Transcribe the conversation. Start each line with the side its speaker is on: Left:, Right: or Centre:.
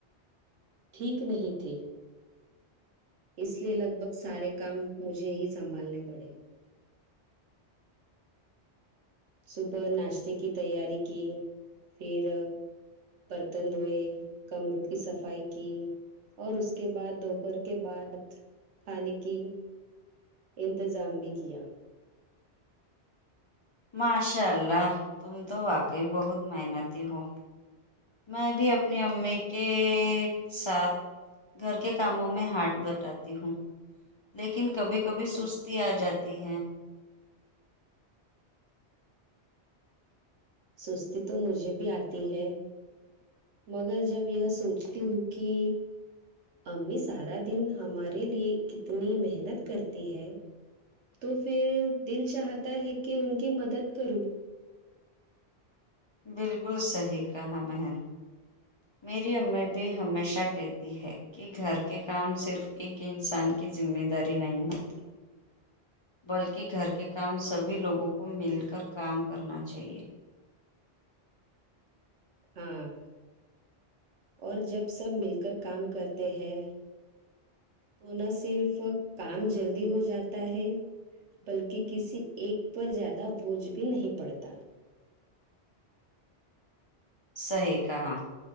Right: ٹھیک نہیں تھی اس لیے لگ بھگ سارے کام مجھے ہی سنبھالنے پڑے صبح ناشتے کی تیاری کی پھر برتن دھوئے کمروں کی صفائی کی اور اس کے بعد دوپہر کے بعد کھانے کی انتظام بھی کیا
Left: ماشاء اللہ تم تو واقعی بہت محنتی ہو میں بھی اپنی امی کے ساتھ گھر کے کاموں میں ہاتھ بٹاتی ہوں لیکن کبھی کبھی سستی آ جاتی ہے
Right: سستی تو مجھے بھی آتی ہے مگر جب یہ سوچتی ہوں کی امی سارا دن ہمارے لیے کتنی محنت کرتی ہے تو پھر دل چاہتا ہے کہ ان کی مدد کروں
Left: بالکل صحیح کہا بہن میری امی بھی ہمیشہ کہتی ہے کہ گھر کے کام صرف ایک انسان کی ذمہ داری نہیں ہوتی بلکہ گھر کے کام سبھی لوگوں کو مل کر کام کرنا چاہیے
Right: ہاں ں اور جب سب مل کر کام کرتے ہیں تو نہ صرف کام جلدی ہو جاتا ہے بلکہ کسی ایک پر زیادہ بوجھ بھی نہیں پڑھتا
Left: صحیح کہا